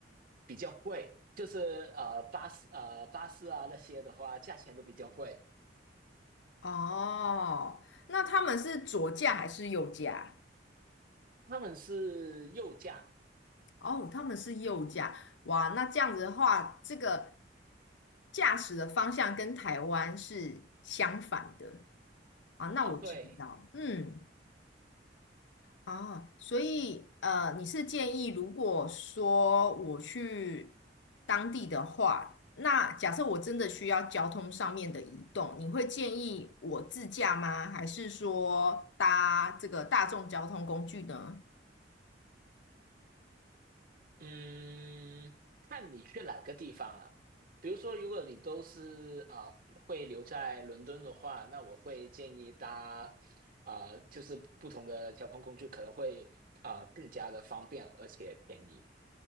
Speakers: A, on the right (about 50°); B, on the left (about 80°).
A: 比较贵，就是呃巴士呃巴士啊那些的话价钱都比较贵，
B: 哦，那他们是左驾还是右驾？
A: 他们是右驾
B: 哦，他们是右驾，哇，那这样子的话，这个驾驶的方向跟台湾是相反的啊。那我知道，
A: 啊，对。
B: 嗯，啊，所以呃，你是建议如果说我去当地的话，那假设我真的需要交通上面的移动，你会建议我自驾吗？还是说搭这个大众交通工具呢？
A: 嗯，看你去哪个地方了。比如说，如果你都是啊、会留在伦敦的话，那我会建议搭啊、就是不同的交通工具可能会啊、更加的方便而且便宜。